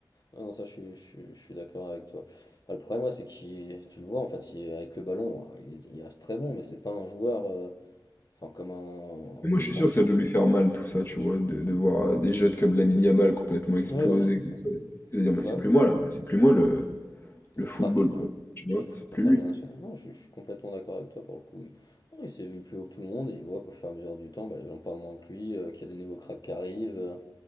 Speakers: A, on the left; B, on the left.
A: ah non ça je suis, je suis, je suis d'accord avec toi. Enfin, le problème ouais, c'est qu'il, tu le vois en fait, il- avec le ballon, hein, il, est- il reste très bon, mais c'est pas un joueur, euh, enfin comme un,
B: Moi,
A: je
B: je suis
A: prends,
B: sûr que ça doit lui faire mal, tout ça, tu vois, de, de voir euh, des jeunes comme Lamine Yamal complètement exploser,
A: ouais voilà c'est
B: comme
A: ça.
B: ça. Et de dire, mais
A: Bah
B: c'est plus
A: oui,
B: moi, là, c'est plus moi le, le
A: le
B: football,
A: crack, euh,
B: quoi. Tu vois,
A: le crack
B: c'est plus
A: international.
B: lui.
A: Non, je, je suis complètement d'accord avec toi pour le coup. Il, non, il s'est vu plus haut que tout le monde et il voit qu'au fur et à mesure du temps, bah, les gens parlent moins que lui, euh, qu'il y a des nouveaux cracks qui arrivent, euh,